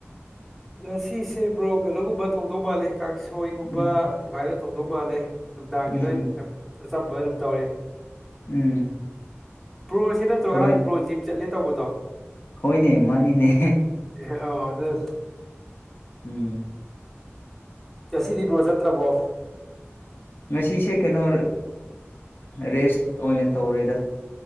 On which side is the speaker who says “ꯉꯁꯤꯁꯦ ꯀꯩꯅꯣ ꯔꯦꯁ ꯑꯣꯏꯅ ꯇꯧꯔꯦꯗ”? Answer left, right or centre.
Left